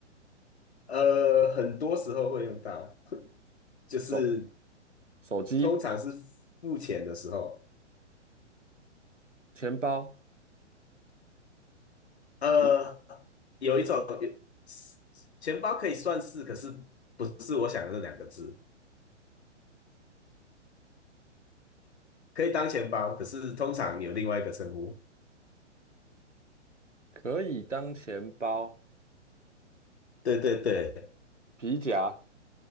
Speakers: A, on the left; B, on the right.
A: 呃，很多时候会用到，就是
B: 手手机、
A: 通常是付钱的时候。
B: 钱包、
A: 呃，
B: 皮
A: 有一种有钱包可以算是，可是不是我想的那两个字，可以当钱包，可是通常有另外一个称呼。
B: 可以当钱包、
A: 对对对
B: 皮夹